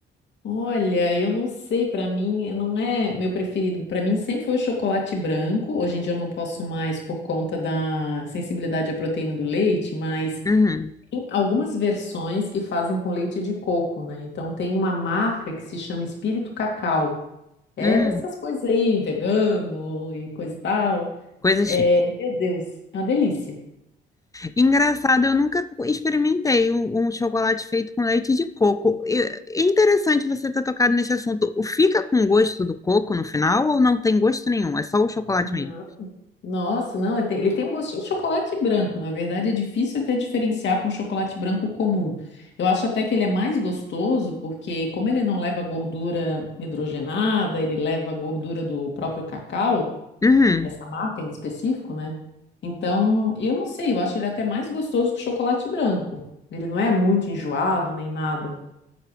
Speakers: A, on the left (about 65°); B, on the left (about 15°).
A: Olha, eu não sei, pra mim não é meu preferido. Pra mim sempre foi o chocolate branco. Hoje em dia eu não posso mais por conta da sensibilidade à proteína do leite, mas
B: Uhum.
A: tem algumas versões que fazem com leite de coco, né? Então tem uma marca que se chama Espírito Cacau. É
B: Hum,
A: dessas coisas aí, vegano e coisa e tal.
B: coisa chique.
A: Meu Deus, é uma delícia.
B: Engraçado, eu nunca experimentei um, um chocolate feito com leite de coco. E- É interessante você ter tocado nesse assunto. O Fica com gosto do coco no final ou não tem gosto nenhum? É só o chocolate
A: Não.
B: mesmo?
A: Nossa, não, ele tem, ele tem um gostinho de chocolate branco. Na verdade, é difícil até diferenciar para um chocolate branco comum. Eu acho até que ele é mais gostoso, porque como ele não leva gordura hidrogenada, ele leva a gordura do próprio cacau,
B: Uhum.
A: essa marca em específico, né? Então, eu não sei, eu acho ele até mais gostoso que o chocolate branco. Ele não é muito enjoado nem nada.